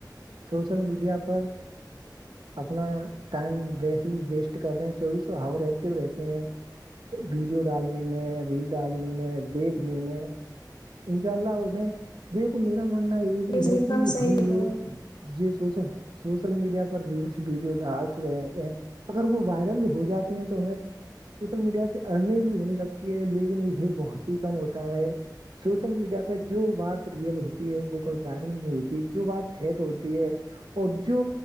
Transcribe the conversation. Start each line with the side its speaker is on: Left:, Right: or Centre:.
Right: سوشل میڈیا پر اپنا ٹائم ویسی ویسٹ کر رہے ہیں چوبیسو ہاور ایکٹو رہتے ہیں ویڈیو ڈالنے میں ریل ڈالنے میں دیکھ میں انشاء اللہ انہیں دیکھو میرا ماننا یہ بھی
Left: جی
Right: ہے
Left: ایک
Right: کہ
Left: دم صحیح
Right: ہم
Left: بول
Right: لوگ
Left: رہے ہو
Right: ج سوشل سوشل میڈیا پر ریلس ویڈیو ڈال رہے ہیں اگر وہ وائرل ہو جاتی ہیں تو ہمیں سوشل میڈیا سے ارننگ بھی ہونے لگتی ہے لیکن یہ بہت ہی کم ہوتا ہے سوشل میڈیا پہ جو بات ریئل ہوتی ہے وہ کوئی وائرل نہیں ہوتی جو بات فیک ہوتی ہے اور جو